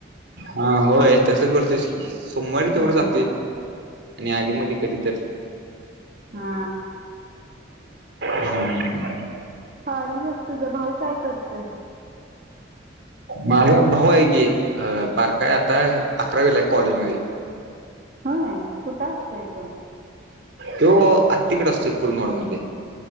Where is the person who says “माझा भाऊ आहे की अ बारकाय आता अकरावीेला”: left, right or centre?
Right